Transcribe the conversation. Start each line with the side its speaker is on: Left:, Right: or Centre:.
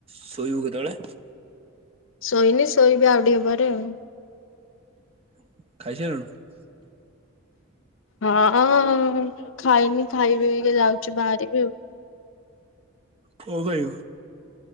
Right: ଶୋଇବୁ କେତେବେଳେ?
Left: ଶୋଇନି ଶୋଇବି ଆଉ ଟିକେ ପରେ ଆଉ।
Right: ଖାଇସାରିଲୁଣି?
Left: ହୁଁ ହଁ ଖାଇନି ଖାଇବି ଅବିକା ଯାଉଛି ବାହାରିବି ଆଉ।
Right: କଣ ଖାଇବୁ?